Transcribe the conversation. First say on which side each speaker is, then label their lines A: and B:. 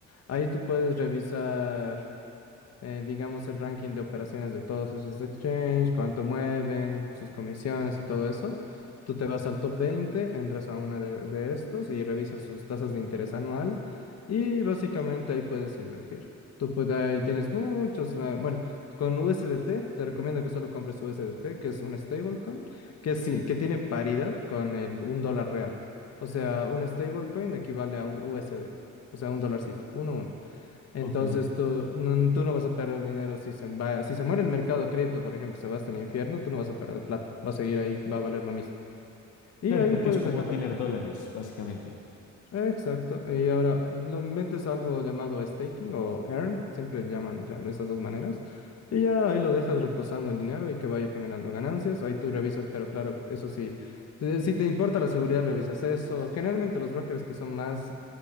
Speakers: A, on the left; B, on the left.
A: Ahí tú puedes revisar eh, digamos, el ranking de operaciones de todos esos exchange, cuánto mueven, sus comisiones y todo eso. Tú te vas al top 20, entras a una de, de estos y revisas sus tasas de interés anual y básicamente ahí puedes invertir. Tú pues ahí tienes muchos, eh, bueno, con USDT, te recomiendo que solo compres USDT, que es un stablecoin, que sí, que tiene paridad con el un dólar real. O sea, un stablecoin equivale a un USD, o sea, un dolarcito, uno, uno. Entonces
B: Ok.
A: tú no, tú no vas a perder dinero si se va, si se muere el mercado cripto, por ejemplo, se va hasta el infierno, tú no vas a perder plata, va a seguir ahí, va a valer lo mismo. Y
B: Claro,
A: ahí
B: porque
A: puedes
B: es como
A: dejarlo
B: tener dólares, básicamente.
A: Exacto. Y ahora, lo metes a algo llamado staking o earn, siempre le llaman de esas dos maneras. Y ya ahí lo dejas reposando el dinero y que vaya generando ganancias. Ahí tú revisas, pero claro, eso sí, eh, si te importa la seguridad, revisas eso. Generalmente los brokers que son más,